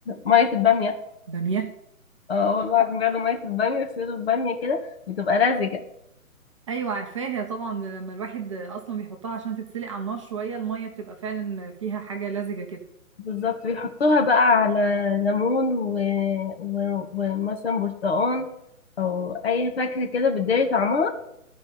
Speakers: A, on the left; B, on the right.
A: ميه الباميه
B: بامية
A: اه والله العظيم بياخدوا ميه الباميه ويصيروا الباميه كده بتبقى رازجه
B: ايوه عارفاها طبعا لما الواحد اصلا بيحطها عشان تتسلق على النار شويه الميه بتبقى فعلا فيها حاجه لزجه كده
A: بالظبط بيحطوها بقى على ليمون و... و... ومثلا برتقان او اي فاكهه كده بتداري طعمها